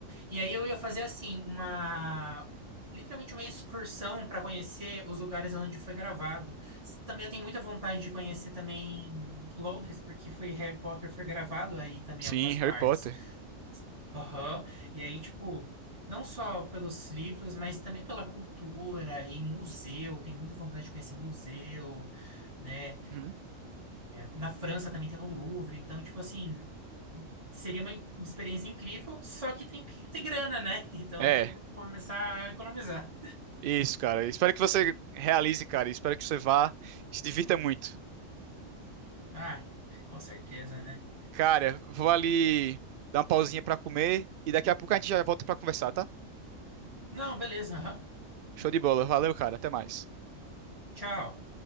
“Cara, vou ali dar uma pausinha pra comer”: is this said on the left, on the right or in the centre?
Right